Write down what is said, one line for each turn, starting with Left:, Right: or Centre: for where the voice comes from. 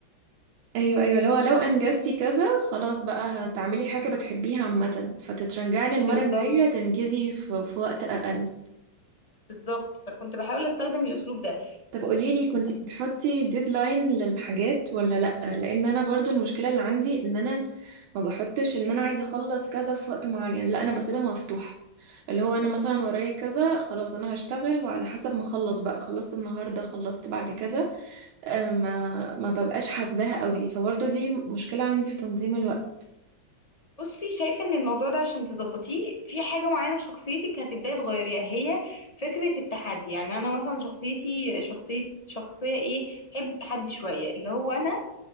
Right: ايوه ايوه لو لو انجزتي كذا خلاص بقى هتعملي حاجة بتحبيها عامة فتتشجعي إن المرة
Left: بالظبط
Right: الجاية تنجزي في, في وقت اقل
Left: بالظبط فكنت بحاول استخدم الاسلوب ده
Right: طب قوليلي كنتي بتحطي ديدلاين للحاجات ولا لأ لأن أنا برضو المشكلة اللي عندي إن أنا ما بحطش إن أنا عايزة أخلص كذا في وقت معين لأ أنا بسيبها مفتوحة اللي هو أنا مثلا ورايا كذا خلاص أنا هشتغل وعلى حسب ما أخلص بقى خلصت النهاردة خلصت بعد كذا آه، ما ما ببقاش حاسباها قوي فبرضو دي مشكلة عندي في تنظيم الوقت
Left: فبصي شايفه ان الموضوع ده عشان تظبطيه في حاجه معينه في شخصيتك هتبداي تغيريها هي فكره التحدي يعني انا مثلا شخصيتي شخصيه شخصيه ايه تحب التحدي شويه اللي هو انا